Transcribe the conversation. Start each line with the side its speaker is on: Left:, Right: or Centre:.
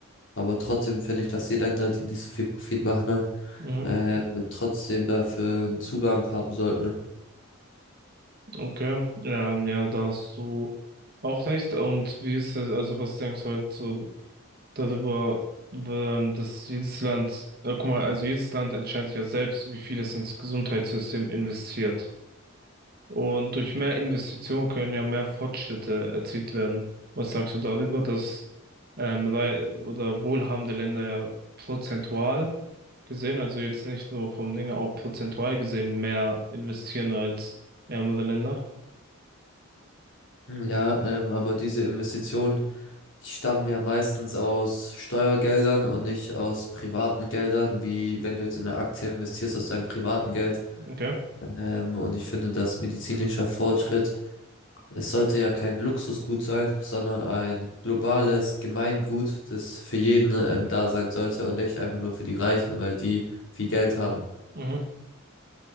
Left: Aber trotzdem finde ich, dass die Länder, die nicht so viel Profit machen,
Right: Mhm.
Left: äh, trotzdem dafür einen Zugang haben sollten.
Right: Okay, ja, ja, da hast du auch recht. Und wie ist es, also was denkst du halt so darüber, ähm, dass jedes Land, äh, guck mal, also jedes Land entscheidet ja selbst, wie viel es ins Gesundheitssystem investiert. Und durch mehr Investitionen können ja mehr Fortschritte erzielt werden. Was sagst du darüber, dass ähm, rei- oder wohlhabende Länder ja prozentual gesehen, also jetzt nicht so vom Dinge, auch prozentual gesehen mehr investieren als ärmere Länder?
Left: Hm, Ja, ähm, aber diese Investitionen, die stammen ja meistens aus Steuergeldern und nicht aus privaten Geldern, wie wenn du jetzt in eine Aktie investierst aus deinem privaten Geld.
Right: Okay.
Left: Ähm, und ich finde, dass medizinischer Fortschritt, es sollte ja kein Luxusgut sein, sondern ein globales Gemeingut, das für jeden, ähm, da sein sollte und nicht einfach nur für die Reichen, weil die viel Geld haben.
Right: Mhm.